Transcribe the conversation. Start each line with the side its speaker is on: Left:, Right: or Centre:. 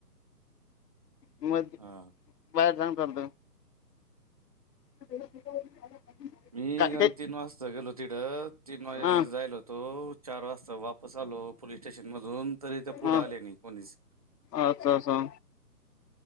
Left: मध
Right: हा
Left: बाहेर जाऊन करतो. <unintelligible>
Right: मी
Left: काय
Right: गण
Left: ते
Right: तीन वाजता गेलो तिथं तीन वाजता
Left: हा
Right: जायलो होतो चार वाजता वाप पस आलो पोलीस स्टेशन मधून तरी ते पुढं
Left: हा
Right: आले नाही कोणीच.
Left: अच्छा